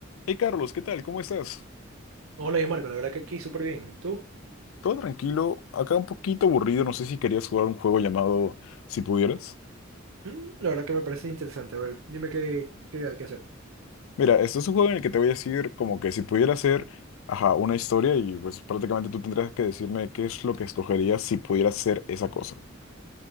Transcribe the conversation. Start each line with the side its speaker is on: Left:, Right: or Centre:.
Left: Hey Carlos, ¿qué tal? ¿Cómo estás?
Right: Hola, yo Marco, la verdad que aquí súper bien. ¿Tú?
Left: Todo tranquilo, acá un poquito aburrido, no sé si querías jugar un juego llamado Si pudieras.
Right: Mm, La verdad que me parece interesante. A ver, dime qué, qué hay que hacer.
Left: Mira, este es un juego en el que te voy a decir como que si pudiera hacer, ajá, una historia y pues prácticamente tú tendrás que decirme qué es lo que escogerías si pudieras hacer esa cosa.